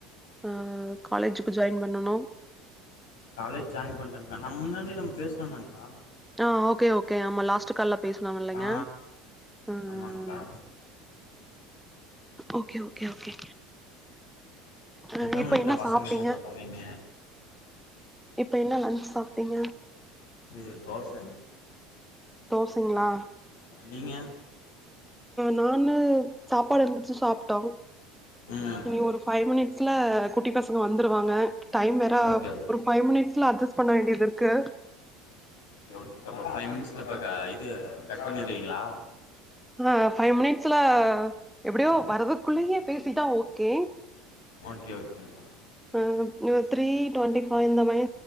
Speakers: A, in the centre; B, on the left.
A: அ காலேஜுக்கு ஜாய்ன் பண்ணனும்
B: காலேஜ் ஜாய்ன் பண்ணறேங்கா நம் முன்னாடியே நம்ம பேசுனோதாங்கா
A: ஆ ஓகே ஓகே ஆமா லாஸ்ட் கால்ல பேசனும் இல்லங்க
B: ஆ
A: ம்
B: ஆமாங்க்கா
A: ம் ம் ஓகே ஓகே ஓகே அ
B: எத்தன
A: இப்ப
B: மணிக்குக்கா
A: என்ன
B: பசங்கள
A: சாப்பிட்டீங்க
B: கூப்ட போவீங்க
A: இப்ப என்ன லஞ்ச் சாப்பிட்டீங்க
B: இ தோச
A: தோசங்களா
B: நீங்க
A: நானு சாப்பாடு இருந்துச்சு சாப்பிட்டோம்
B: ம்
A: இனி ஒரு ஃபைவ் மினிட்ஸ்ல குட்டி பசங்க வந்துருவாங்க டைம் வேற
B: ஓகே ஓகே
A: ஒரு ஃபைவ் மினிட்ஸ்ல அட்ஜஸ்ட் பண்ண வேண்டியது இருக்கு
B: ஓ ஓகே அப்ப ஃபைவ் மினிட்ஸில க இது கட் பண்ணிருவீங்களா
A: ஆ ஃபைவ் மினிட்ஸ்ல எப்படியோ வர்துக்குள்ளேயே பேசிட்டா ஓகே
B: ஓகே ஓகோங்க கா
A: ஆ த்ரீ டுவெண்டி இந்த மணி